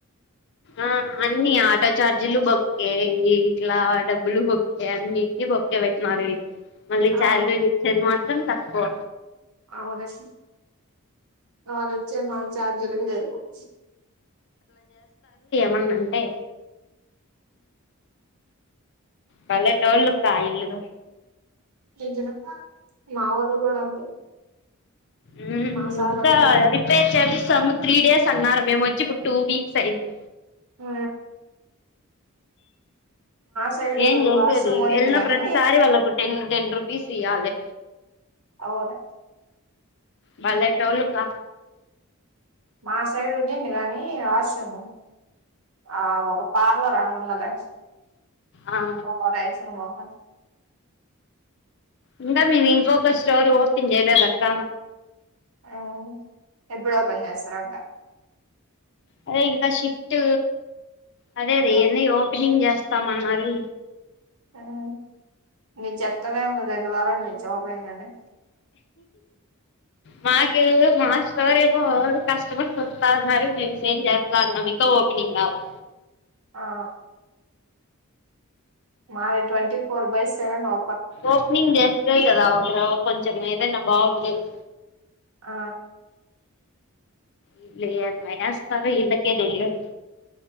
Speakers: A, on the left (about 55°); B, on the right (about 80°).
A: ఆ అన్ని ఆటో చార్జీలు బొక్కే, ఇట్లా డబ్బులు బొక్కే, అన్నిటికి బోక్కే పెట్టినారే మళ్ళీ
B: ఆ
A: చాలిరీలు ఇచ్చేది మాత్రం తక్కువ
B: అవునా సిస్ వాళ్ళిచ్చేవి మన చార్జిలకు సరిపోవు
A: మెున్నంటే బలేటోల్లక్క ఈళ్ళు
B: నిజన మా వోళ్ళు కూడా అంతే
A: ఉమ్
B: మా సార్
A: ఇంకా
B: వాళ్ళు కూడా
A: రిపేర్ చేపిస్తాము త్రీ డేస్ అన్నారు మేము వచ్చి ఇప్పుడు టూ వీక్స్ అయింది
B: ఆ సైడ్
A: ఏం చేసేదిలేద్
B: వాష్రూమ్ ఉన్నింది
A: వెళ్ళిన
B: గాని
A: ప్రతిసారి వాళ్ళకు టెన్ టెన్ రూపీస్ ఇయ్యాలే
B: అవును
A: బలేటోళ్ళుకా
B: మా సైడ్ ఉండింది కాని వాష్రూము ఆ ఒక ఒక పార్లరాముందిలే
A: ఆ
B: ఓవరాక్షన్ మెుఖమ్
A: ఇంగ మీమింకొక స్టోరీ ఓపెన్ చేయలేదక్క
B: ఆ ఎప్పుడోపెన్ చేస్తరంట
A: అదే ఇంకా షిఫ్ట్ అదే అది
B: ఆ,
A: ఏన్ని ఓపెనింగ్ చేస్ స్తామన్నారు
B: ఉమ్ నేన్ చేప్తనే ఉన్న రెండు వారాల నుంచి ఓపెనింగ్ అని
A: మాకు మా స్టార్ రేపు పోవుడు కష్టం అనుకో కాగజ్నగర్ మేం సేమ్ జెత్త అన్నాం మీకూ. ఓ భీమ్ లాగా
B: ఆ మాది ట్వంటీ ఫోర్ బై సెవెన్ ఆ
A: ఓపెనింగ్ చేస్తే కదా ఒకరు కొంచెం ఏదైనా బాగుండేది.
B: ఆ
A: ఈళ్ళు ఎట్నో ఏస్తరు ఇళ్లకేతెలియదు.